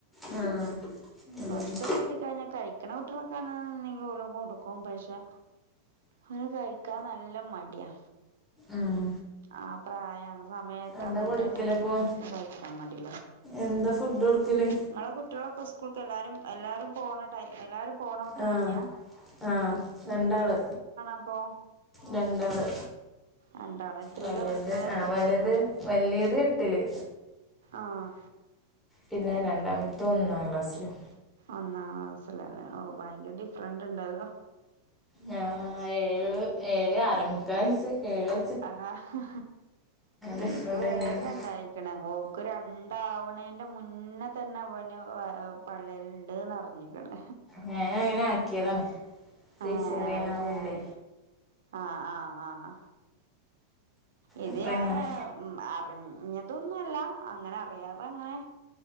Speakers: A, in the centre; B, on the right (about 80°).
A: ആഹ് അതന്നെ
B: കുറച്ചൊക്കെ എത്തിക്കഴിഞ്ഞ കഴിക്കണ കുട്ടികളൊക്കെ എന്തെങ്കലൊക്കെ കൊടുക്കും പഷേ ഒനെ കഴിക്കാൻ നല്ല മടിയാ
A: ഉം
B: ആ പ്രായ സമയത്ത്
A: എന്താ
B: അങ്ങനെ
A: കൊടുക്കലപ്പൊ
B: തന്നെയാ എല്ലാവർക്കും കയ്ക്കാൻ മടി
A: എന്താ ഫുഡ് എടുക്കല്
B: ഇങ്ങളെ കുട്ടികളൊക്കെ സ്കൂൾക്ക് എല്ലാരും എല്ലാരും പോണ എല്ലാരും പോണ കുട്ടിയാളെന്ന്യ
A: ആഹ് ആഹ് രണ്ടാള്
B: അപ്പോ
A: രണ്ടാള്
B: രണ്ടാള് എത്രയിലാ
A: വല്ത്
B: പഠിക്കണേ
A: ആഹ് വല്ത് വല്യേത് എട്ടില്
B: ആഹ്
A: പിന്നെ രണ്ടാമത്തെ ഒന്നാം ക്ലാസ്സിലും
B: ഒന്നാം ക്ലാസ്സില് ല്ലേ ഓ ഭയങ്കര ഡിഫറന്റ് ഉണ്ടല്ലോ
A: ഞാ ഏഴ് ഏഴ് ആറമുക്കാ വയസ് ഏഴു.
B: ആഹ്
A: ഡിഫറന്റ്
B: എനിക്ക് വേഗം
A: ഉണ്ട്
B: ണ്ടായി. ഓക്ക് രണ്ടാവണേന്റെ മുന്നേ തന്നെ അവെന് പള്ളേലുണ്ട് നർ ഞ്ഞിക്കണ്
A: ഞാനങ്ങനെ ആക്കിയതാണ്. സിസേറിയൻ
B: ആ ഹ് അയ്ശെരി.
A: ആവണ്ടേ
B: ആഹ് ആഹ് ആഹ്. ഇതേയാം
A: അപ്പൊ ഇങ്ങനെ
B: അറിഞ്ഞ് ഞ്ഞതൊന്നും അല്ല. അങ്ങനെ അറിയാതെ അങ്ങനെ